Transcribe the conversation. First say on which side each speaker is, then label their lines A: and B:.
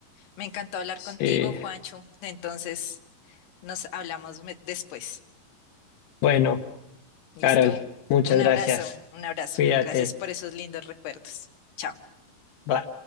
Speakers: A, on the left (about 80°); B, on the left (about 65°).
A: Me encantó hablar
B: Sí.
A: contigo, Juancho. Entonces, nos hablamos me- después.
B: Bueno,
A: ¿Listo?
B: Carol, muchas
A: Un
B: gracias.
A: abrazo, un abrazo.
B: Cuídate.
A: Gracias por esos lindos recuerdos. Chao.
B: Bye.